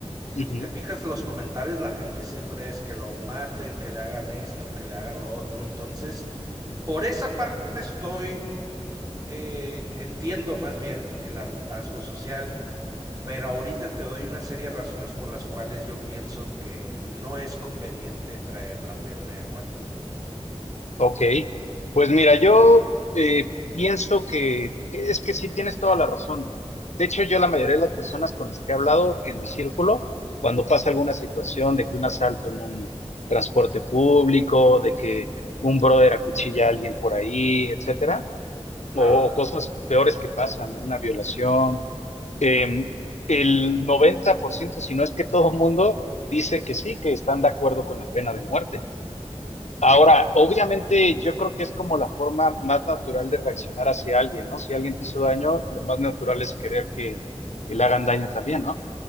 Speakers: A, on the left; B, on the right.
A: Ujú.
B: Si te fijas los comentarios, la gente siempre es que lo maten, que le hagan esto, que le hagan lo otro. Entonces, por esa parte estoy, eh, entiendo más bien el hartazgo social, pero ahorita te doy una serie de razones por las cuales yo pienso que no es conveniente traer la pena de muerte.
A: Ok, pues mira, yo eh, pienso que es que sí tienes toda la razón. De hecho, yo la mayoría de las personas con las que he hablado en mi círculo, cuando pasa alguna situación de que un asalto en un transporte público, de que un brother acuchilla a alguien por ahí, etcétera,
B: Claro,
A: o, o cosas peores que pasan, ¿no? Una violación, em, el 90%, si no es que todo el mundo dice que sí, que están de acuerdo con la pena de muerte. Ahora, obviamente yo creo que es como la forma más natural de reaccionar hacia alguien, ¿no? Si alguien te hizo daño, lo más natural es querer que, que le hagan daño también, ¿no?